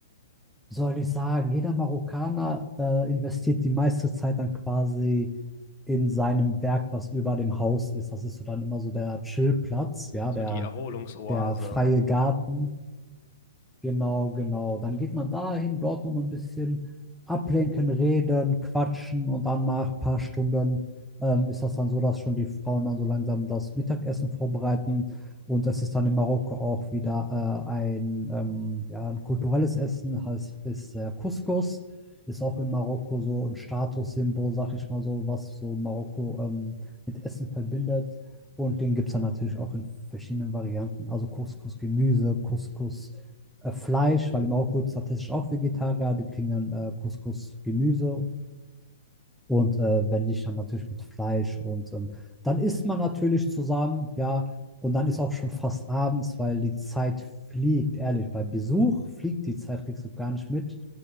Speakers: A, in the centre; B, on the left (about 45°).
A: wie soll ich sagen, jeder Marokkaner äh, investiert die meiste Zeit dann quasi in seinem Werk, was über dem Haus ist. Das ist so dann immer so der Chillplatz, ja,
B: So
A: der,
B: die Erholungsoase.
A: der freie Garten Genau, genau. Dann geht man dahin, dort noch mal ein bisschen ablenken, reden, quatschen und dann nach ein paar Stunden ähm, ist das dann so, dass schon die Frauen dann so langsam das Mittagessen vorbereiten. Und es ist dann in Marokko auch wieder äh, ein, ähm, ja, ein kulturelles Essen, heißt ist äh, Couscous. Ist auch in Marokko so ein Statussymbol, sag ich mal so, was so Marokko ähm, mit Essen verbindet. Und den gibt es dann natürlich auch in verschiedenen Varianten. Also Couscous-Gemüse, Couscous äh, Fleisch, weil in Marokko ist tatsächlich auch Vegetarier, die kriegen dann äh, Couscous, Gemüse und äh, wenn nicht, dann natürlich mit Fleisch und ähm, dann isst man natürlich zusammen, ja, und dann ist auch schon fast abends, weil die Zeit fliegt, ehrlich, bei Besuch fliegt die Zeit, kriegst du gar nicht mit.